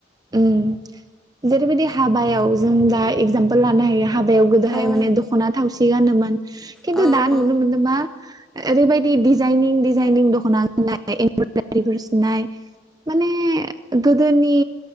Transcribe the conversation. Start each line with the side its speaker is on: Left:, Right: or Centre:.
Right: ओम जेरैबायदि हाबायाव जों दा एगजामपोल लानो हायो हाबायाव गोदोहाय
Centre: अ
Right: माने दख'ना थावसि गानोमोन खिन्थु
Centre: औ
Right: दा नुनो
Centre: औ
Right: मोनदों मा ओरैबायाददि डिजाइनिं डिजाइनिं दख'ना गाननाय एमब्रदारिफोर सुनाय माने गोदोनि